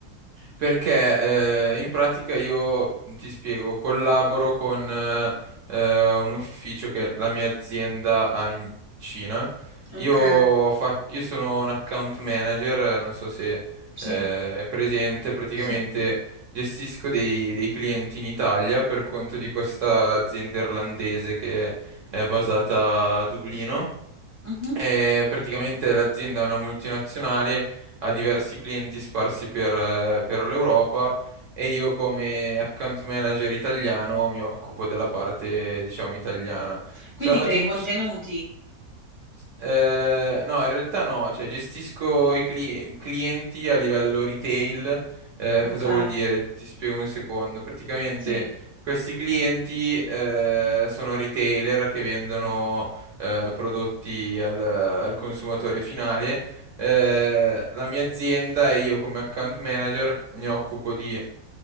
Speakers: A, on the right (about 60°); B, on the left (about 20°).
A: Perché eh, in pratica io mhmm, ti spiego, collaboro con eh, eh, un ufficio che la mia azienda ha in Cina. Io,
B: Ok,
A: fa- io sono un account manager, eh, non so se
B: Sì,
A: eh, è presente, praticamente
B: sì.
A: gestisco dei, dei clienti in Italia per conto di questa azienda irlandese che è basata a Dublino
B: Mhm.
A: e praticamente l'azienda è una multinazionale, ha diversi clienti sparsi per, eh, per l'Europa e io come account manager italiano mi occupo della parte, diciamo, italiana.
B: Quindi
A: Sono andato
B: crei
A: in,
B: contenuti.
A: eh, no, in realtà no, cioè gestisco i cli- clienti a livello retail. Eh,
B: Ok,
A: cosa vuol dire? Ti spiego un secondo. Praticamente
B: sì,
A: questi clienti eh, sono retailer che vendono eh, prodotti al, al consumatore finale. Eh, la mia azienda e io come account manager mi occupo di